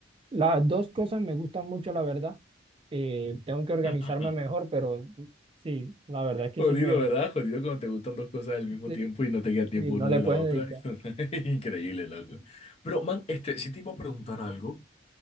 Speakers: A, on the right (about 25°); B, on the left (about 30°).
A: Las dos cosas me gustan mucho, la verdad. Eh, tengo que organizarme
B: <laughs>
A: mejor, pero sí, la verdad es que
B: Jodido,
A: sí me,
B: ¿verdad? Jodido cuando te gustan dos cosas al mismo
A: sí,
B: tiempo y no te queda tiempo
A: sí,
B: una
A: no le
B: de
A: puedes
B: la otra.
A: dedicar.
B: <laughs> Increíble, loco. Pero, man, este, sí te iba a preguntar algo.